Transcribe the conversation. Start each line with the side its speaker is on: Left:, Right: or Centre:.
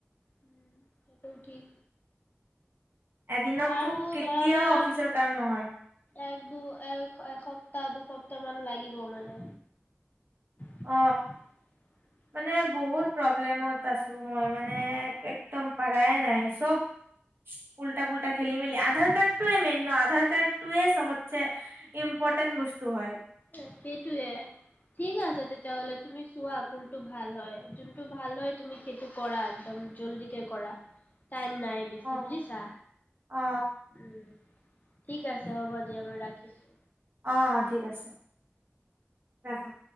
Left: উম, সেইটোও ঠিক।
Right: এদিনততো
Left: আৰু
Right: কেতিয়াও
Left: ধৰা না
Right: অফিচৰ কাম নহয়।
Left: এক দু, এক এসপ্তাহ, দুসপ্তাহ মান লাগিব মানে। <inaudible>
Right: অ মানে বহুত প্ৰব্লেমত আছোঁ মই মানে একদম পাৰাই নাই, চব উল্টা পুল্টা খেলি মেলি। আধাৰ কাৰ্ডটোৱে মেইন ন' আধাৰ কাৰ্ডটোৱে চবতছে ইম্পৰ্টেণ্ট বস্তু হয়।
Left: অ' সেইটোৱে। ঠিক আছে তেতিয়া হ'লে, তুমি চোৱা কোনটো ভাল হয়, যোনটো ভাল হয় তুমি সেইটো কৰা একদম। জলদিকে কৰা টাইম নাই। বেছি
Right: অ
Left: বুজিছা,
Right: অ
Left: উম। ঠিক আছে হ'ব দিয়া মই ৰাখিছোঁ।
Right: অ' ঠিক আছে, ৰাখা।